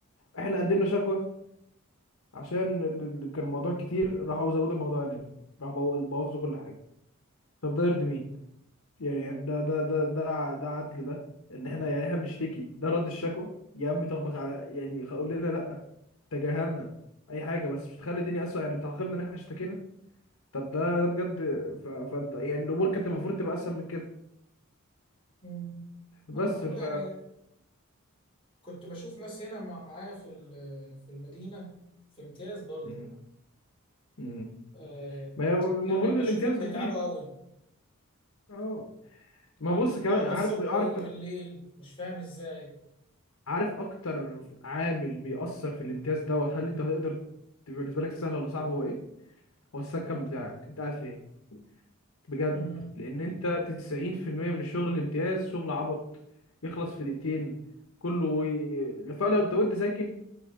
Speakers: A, on the left (about 85°); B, on the left (about 25°).
A: احنا قدمنا شكوى عشان ال- ال- كان الموضوع كتير راحوا زودوا الموضوع علينا راحوا بو- بوظوا كل حاجة طب ده يرضي مين يعني ده ده ده ده ده عدل ده ان احنا يعني احنا بنشتكي ده رد الشكوى يا عم طبق على يعني قول لنا لا تجاهلنا اي حاجه بس مش تخلي الدنيا اسوء يعني بتعاقبنا ان احنا اشتكينا طب ده ده بجد ف, ف يعني الامور كانت المفروض تبقى اسهل من كده
B: مم.
A: بس
B: انا برضو
A: ف
B: يعني كنت بشوف ناس هنا مع معايا في ال- في المدينة في امتياز برضو
A: مم. مم.
B: آه
A: ما هي المفروض
B: يعني بشوفهم
A: الامتياز
B: بيتعبوا
A: خفيف
B: قوي
A: اه
B: يعني
A: ما بص
B: بيطلعوا
A: كمان
B: من
A: عارف
B: الصبح
A: عارف
B: ويجوا بالليل مش فاهم ازاي
A: عارف اكتر عامل بيأثر في الامتياز دوت هل انت هتقدر تبقى بالنسبه لك سهل ولا صعب هو ايه هو السكن بتاعك انت قاعد فين بجد
B: امم
A: لان انت 90% من الشغل الامتياز شغل عبط يخلص في دقيقتين كله ي- فلو انت وانت ساكن